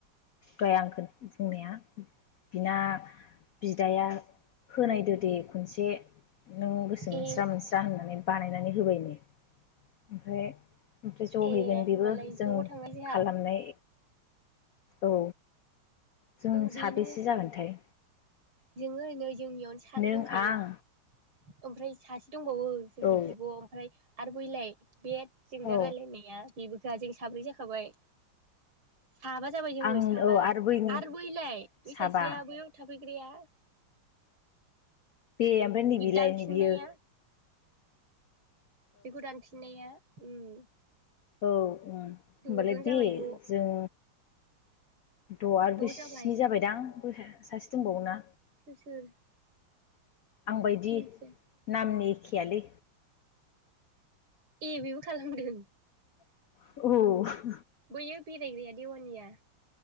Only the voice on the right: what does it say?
ए
ए
होमबालाय ज'
थांनाय जोंहा
औ
बेनो
जोङो नोय जोंनियावनो सानै
दंखायो।
ओमफ्राय सासे दंबावो जोंनि
बिब ओमफ्राय आरो बैलाय बे सिंगार
रायलायनाया बेबो गा जों साब्रै जाखाबाय। साबा जाबाय जोङो
साबा।
आरो बैलाय बै
सासेआ बैयाव थाफै ग्राया।
दानफिननाया
बेखो दानफिननाया उम।
द'जन
जाबाय द'
ज'
जाबाय
सोर सोर?
मिथिया
ए बेबो खालामदों।
बैयो बेरायग्राया देवानिया